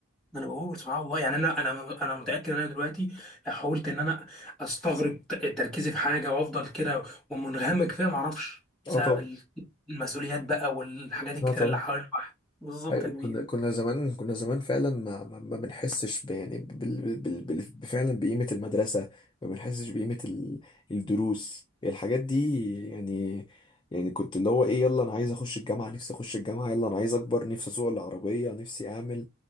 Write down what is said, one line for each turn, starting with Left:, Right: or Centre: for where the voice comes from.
Centre: ما انا بقول سبحان الله يعني انا انا انا متاكد ان انا دلوقتي لو حاولت ان انا استغرق ت- تركيزي في حاجه وافضل كده ومنغمك فيها ما اعرفش بسبب
Left: اه طبعا
Centre: ال- المسؤوليات بقى والحاجات الكتيره
Left: اه طبعا
Centre: اللي حوالين الواحد بالظبط
Left: أيوة
Centre: يا كبير
Left: كنا كنا زمان كنا زمان فعلا ما ما ما بنحسش ب- يعني بال بال بال فعلا بقيمة المدرسة ما بنحسش بقيمة ال- الدروس الحاجات دي يعني يعني كنت اللي هو ايه يلا انا عايز اخش الجامعة نفسي اخش الجامعة يلا انا عايز اكبر نفسي اسوق العربية نفسي اعمل